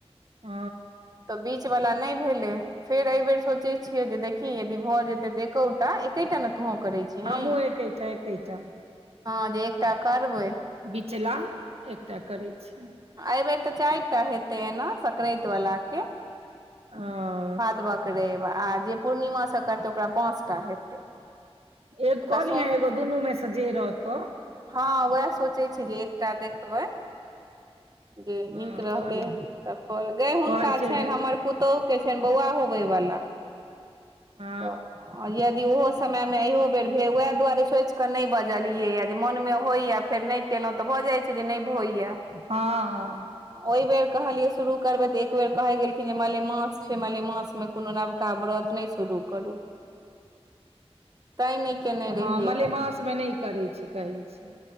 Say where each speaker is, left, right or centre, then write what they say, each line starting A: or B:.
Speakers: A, on the right; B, on the right.
A: ओ।
B: तऽ बीच वला नैय भेलैय। फेर अय बेेर सोचैय छियै जे देखी यदि भऽ जेतैय तऽ एकोटा एकेटा ने तुहों करैय छीहीं
A: हमहुँ एकेटा एकेटा
B: हँ एकटा करबैय
A: बिचला एकटा करैय छी
B: अय बेर तऽ चारि टा हेतैय ना सकराँति वला के
A: अऽ
B: भादवक रइव आ जे पूर्णिमा सँ करतै ओकरा पाँच टा हेतै
A: एग
B: ओकरा
A: कऽ लिहे
B: सो
A: एगो दुनू में से जे रहतौ
B: हँ वैह सोचे छियै जे एकटा देखबै जे
A: हँ
B: नीक रहतै
A: कऽ लिहे
B: तऽ कये गय हुनका
A: कहै छै
B: छनि
A: जे
B: हमर पुत तोह के छनि बौआ होबे बला
A: अ
B: तऽ यदि ओहो समय मे इहो बेर भेल वैह दुआरे सोच के नहि बजलियै जे मोन मे होए या फेर नहि केलौ तऽ भऽ जाइ छै जे नहि होइयै
A: हँ
B: ओहि बेर कहलियै शुरू करबै तऽ एक बेेर कहै गेलखिन जे मलेमास छै मलेमास मे कोनो नवका व्रत नहि शुरू करू तैं नहि केने रहियै
A: हँ मलेमासमे नहि करै छै कहय छै।